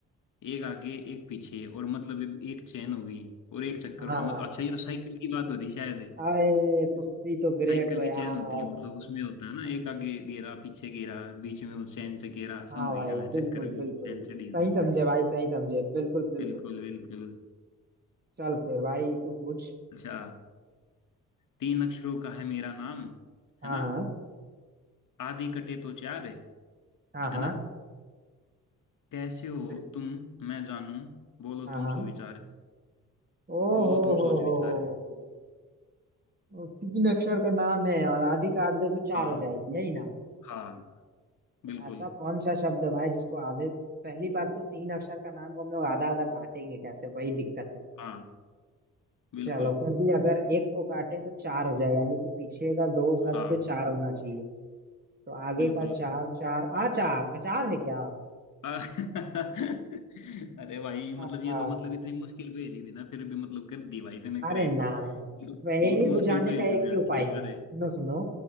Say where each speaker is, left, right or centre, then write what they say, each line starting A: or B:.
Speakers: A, on the left; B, on the right.
A: एक आगे एक पीछे और मतलब एक चैन हो गई और एक चक्कर
B: हाँ हाँ
A: हो गया मतलब
B: हाँ।
A: अच्छा ये तो साइकिल की बात हो रही शायद
B: अरे तुसी तो ग्रेट
A: साइकिल
B: हो यार
A: की चैन होती है मतलब उसमें होता है ना एक आगे घेरा पीछे घेरा बीच में वो चैन से घेरा
B: हाँ
A: समझ
B: भाई
A: गया मैं चक्कर
B: बिल्कुल
A: भी
B: बिल्कुल
A: चैन चढ़ी होती
B: सही समझे
A: है
B: भाई सही समझे बिल्कुल बिल्कुल
A: बिल्कुल बिल्कुल
B: चल फिर भाई तू पूछ
A: अच्छा तीन अक्षरों का है मेरा नाम
B: हाँ
A: है ना
B: हाँ
A: आदि कटे तो चार है
B: हाँ
A: है
B: हाँ
A: ना कैसे हो
B: बिल्कुल
A: तुम मैं जानू बोलो
B: हाँ
A: तुम
B: हाँ
A: सो विचार
B: ओ
A: बोलो
B: हो
A: तुम
B: हो
A: सोच
B: हो
A: विचार
B: हो हो हो। ओ, तीन अक्षर का नाम है और आधी काट दे तो चार
A: हाँ
B: हो जाएगी यही ना
A: हाँ
B: तो
A: बिल्कुल
B: ऐसा कौन सा शब्द है भाई जिसको आधे पहली बात तो तीन अक्षर का नाम को हम लोग आधा आधा काटेंगे कैसे वही दिक्कत है
A: हाँ बिल्कुल
B: चलो फिर भी अगर एक को काटे तो चार हो जाए यानी कि पीछे का दो शब्द
A: हाँ
B: चार होना चाहिए तो आगे
A: बिल्कुल
B: का चार चार आचार अचार है क्या
A: आ- <laughs> अरे भाई मतलब
B: आहा,
A: ये तो मतलब इतनी मुश्किल पहेली थी ना फिर भी मतलब कर दी भाई तूने
B: अरे
A: क्रैक
B: ना यार
A: बहुत
B: पहेली बुझाने
A: मुश्किल पहेलियों
B: का एक
A: में
B: ही उपाय
A: आती है
B: है
A: यार
B: सुनो
A: ये।
B: सुनो